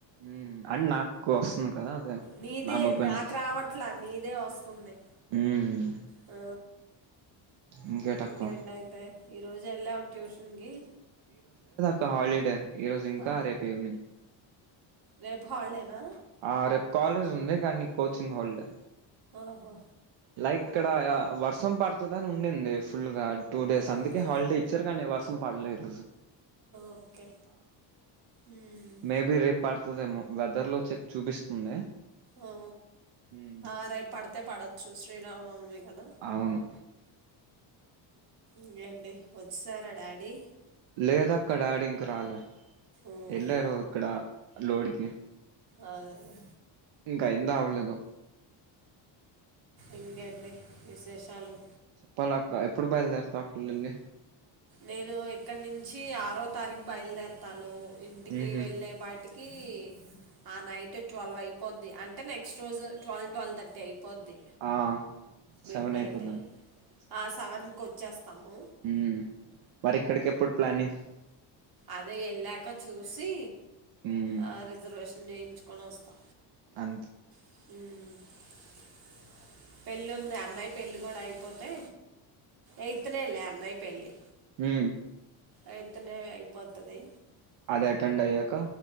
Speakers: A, on the right; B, on the right.
A: ఉమ్ అని నాకు వస్తుంది కదా అదే
B: నీదే
A: నా మొబైల్
B: నాకు
A: నుంచి
B: రావట్లా నీదే వస్తుంది
A: ఉమ్
B: ఆ
A: ఇంకేటక్క
B: ఇంగే ఇంటయితే ఈ రోజు ఎలవా ట్యూషన్కి
A: క హాలిడే ఈ రోజు ఇంకా
B: ఆ,
A: రేపు ఈవినింగ్
B: రేపు హల్డేనా
A: ఆ రేపు కాలేజ్ ఉంది కానీ కోచింగ్ హాల్డ్
B: ఆహా
A: లైక్ ఇక్కడ వర్షం పడుతుందని ఉం నింది ఫుల్గా టూ డేస్
B: ఓకే
A: అందుకే హాలిడే ఇచ్చారు గానీ వర్షం పడలేదు
B: ఓకే ఉమ్,
A: మే బి రేపు పడ్ వస్తదేమో వెదర్ లో చె చూపిస్తుంది
B: ఓ
A: ఉమ్,
B: ఆరే పడ తే పడొచ్చు శ్రీరామ్ నవమి కద
A: అవును
B: ఇకేండి వచ్చసరా డాడ్ డీ
A: లేదా అక్క డాడి ఇంక రాలే
B: ఉమ్,
A: ఎల్లారు ఇక్కడ లోడ్కి
B: అదే అదె
A: ఇంకా అయిందో అవ్వలేదొ
B: ఇంగేండి విసేషాలు?
A: చెప్పాలక్క. ఎప్పుడు బయలుదేర్ తా అక్కలెల్లి?
B: నేను ఇక్కడ నుంచి ఆరో తారీఖు బయలుదేరతాను. ఇంటికి
A: ఉహు
B: వెళ్లేపాటిక్ కీ, ఆ నైట్ ట్వెల్వ్ అయిపోద్ది. అంటే, నెక్స్ట్ రోజు ట్వెల్ ట్వల్థర్టీ అయిప్ పొద్ది.
A: ఆ
B: మిడ్
A: సెవెన్
B: నైట్.
A: అయిపోతుంది
B: ఆ సవన్ కొచ్చేస్తాము.
A: మ్మ్ మరి ఇక్కడికి ఎప్పుడు ప్లానింగ్?
B: అదె ఎళ్ళాక చూసి,
A: ఉమ్,
B: ఆ రిజర్వేష నేయించుకొని వస్తా.
A: అంతే.
B: మ్మ్ పెళ్లి ఉంది. అన్నయ్య పెళ్లి కూడా అయిపోతే, ఎయిత్ నె లే అన్నయ్ పెళ్లి
A: మ్
B: ఎయిత్ నె అయిపోతది
A: అది అటెండ్ అయ్యాక